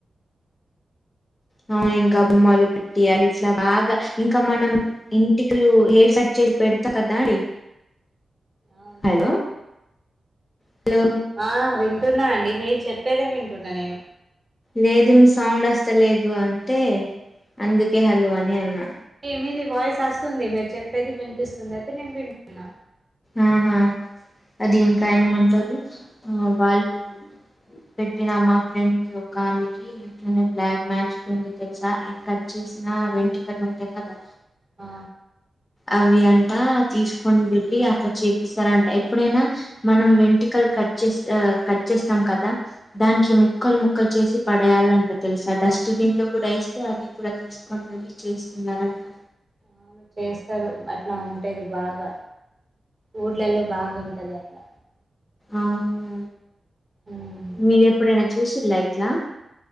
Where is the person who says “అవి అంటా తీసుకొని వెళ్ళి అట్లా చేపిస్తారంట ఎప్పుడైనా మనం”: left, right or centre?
Left